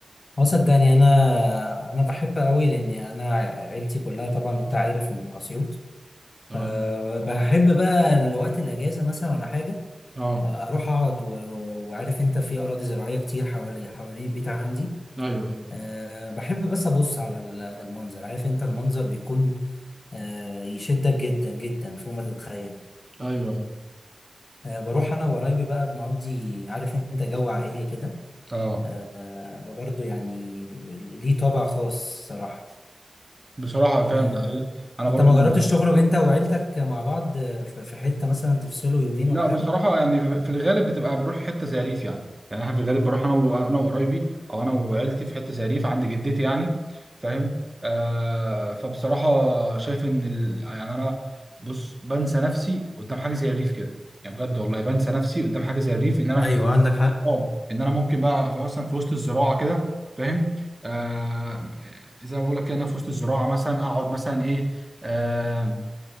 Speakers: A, on the left; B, on the right.
A: اه صدقني انا انا بحب قوي لان انا عيلتي كلها طبعا انت عارف من اسيوط
B: اه
A: آه، بحب بقى الوقت الاجازه مثلا ولا حاجه
B: اه
A: آه، اروح اقعد و- و- وعارف انت في اراضي زراعيه كتير حوالي حوالين البيت عندي
B: ايوه ايوه
A: أه بحب بس ابص على ال- المنظر عارف انت المنظر بيكون أه يشدك جدا جدا فوق ما تتخيل
B: ايوه ايوه
A: أه بروح انا وقرايبي بقى بنقضي عارف انت جو عائلي كده
B: اه
A: أه برضه يعني ليه طابع خاص صراحه
B: بصراحه فعلا
A: أه
B: ده حقيقة. انا برضو
A: انت ما جربتش تخرج انت وعيلتك مع بعض في في حته مثلا تفصلوا يومين
B: لا
A: ولا حاجه
B: بصراحة يعني في في الغالب بتبقى بروح حتة زي ريف يعني يعني أنا في الغالب بروح أنا و- أنا وقرايبي أو أنا وعيلتي في حتة زي ريف عند جدتي يعني فاهم آه فبصراحة شايف إن ال... يعني أنا بص بنسى نفسي قدام حاجة زي الريف كده يعني بجد والله بنسى نفسي قدام حاجة زي الريف إن أنا
A: ايوه عندك حق
B: أه إن أنا ممكن بقى في- مثلا في وسط الزراعة كده فاهم آه زي ما بقول لك كده، إن أنا في وسط الزراعة مثلا أقعد مثلا إيه آه،